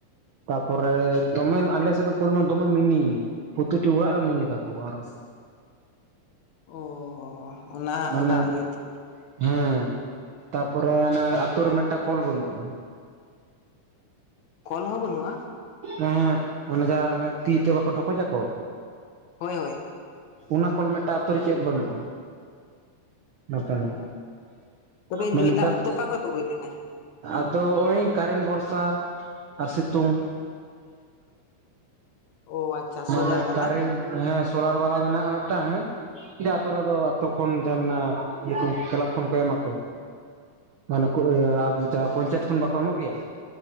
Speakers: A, on the right (about 75°); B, on the left (about 70°).
A: ᱛᱟᱯᱚᱨᱮ ᱫᱚᱢᱮᱱ ᱟᱞᱮ ᱥᱮᱫ ᱫᱚ ᱯᱚᱨᱤᱢᱟᱱ ᱫᱚᱢᱮ ᱢᱤᱱᱤᱭ᱾ ᱯᱨᱚᱛᱤᱴᱤ ᱚᱲᱟᱜ ᱨᱮ ᱢᱤᱱᱤ ᱛᱟᱠᱚ ᱟᱨᱚᱥ
B: ᱳ ᱚᱻᱦᱚ ᱦᱚ ᱚᱱᱟ,
A: ᱢᱟᱱᱮ
B: ᱚᱱᱟ ᱤᱭᱟᱹ ᱛᱮ
A: ᱦᱮᱸ ᱛᱟᱯᱚᱨᱮ ᱦᱟᱱᱮ ᱟᱛᱳ ᱨᱮ ᱢᱮᱜᱴᱟᱝ ᱠᱚᱞ ᱵᱟᱹᱱᱩᱜᱼᱟ᱾
B: ᱠᱚᱞ ᱦᱚᱸ ᱵᱟᱹᱱᱩᱜᱼᱟ?
A: ᱮᱸᱦᱮᱸᱜ ᱚᱱᱮ ᱡᱟᱦᱟ ᱚᱱᱮ ᱛᱤ ᱛᱮ ᱵᱟᱠᱚ ᱰᱷᱚᱠᱚᱡᱟᱠᱚ
B: ᱦᱳᱭ ᱦᱳᱭ᱾
A: ᱚᱱᱟ ᱠᱚᱞ ᱢᱮᱫᱴᱟᱝ ᱟᱛᱳ ᱨᱮ ᱪᱮᱫ ᱵᱟᱹᱱᱩᱜᱼᱟ᱾ ᱢᱮᱫᱴᱟᱝ
B: ᱚ
A: ᱦᱚᱸ
B: ᱛᱚᱵᱮ
A: ᱢᱟᱱᱮ
B: ᱧᱩᱭ
A: ᱱᱮᱛᱟᱨ
B: ᱫᱟᱜ ᱠᱚᱫᱚ ᱚᱠᱟ ᱠᱷᱚᱡ ᱯᱮ ᱟᱹᱜᱩᱭ ᱛᱟᱦᱮᱱᱟ
A: ᱟᱫᱚ ᱦᱚᱜᱼᱚᱭ ᱠᱟᱨᱮᱱ ᱵᱷᱚᱨᱥᱟ ᱟᱨ ᱥᱤᱛᱩᱝ᱾
B: ᱚ ᱟᱪᱪᱷᱟ
A: ᱢᱟᱱᱮ
B: ᱥᱳᱞᱟᱨ ᱵᱟᱞᱟ
A: ᱠᱟᱨᱮᱱᱴ ᱦᱮᱸ ᱥᱳᱞᱟᱨ ᱵᱟᱞᱟ ᱢᱮᱱᱟᱜᱼᱟ ᱢᱮᱫᱴᱟᱝ ᱦᱮᱸ᱾ ᱡᱟ ᱟᱛᱳ ᱨᱮᱫᱚ ᱟᱛᱳ ᱠᱷᱚᱱ ᱡᱟᱦᱟᱸ ᱢᱮᱱᱟᱜ-ᱟ ᱤᱭᱟᱹ ᱠᱚ ᱠᱮᱞᱟᱵᱽ ᱠᱷᱚᱱ ᱠᱚ ᱮᱢᱟ ᱠᱚ᱾ ᱢᱟᱱᱮ ᱠᱷᱩᱵ ᱤᱭᱟᱹ ᱟᱨᱡᱤ ᱡᱟᱦᱟ ᱯᱚᱧᱪᱟᱭᱤᱛ ᱠᱷᱚᱱ ᱵᱟᱠᱚ ᱮᱢᱚᱜ ᱜᱮᱭᱟ᱾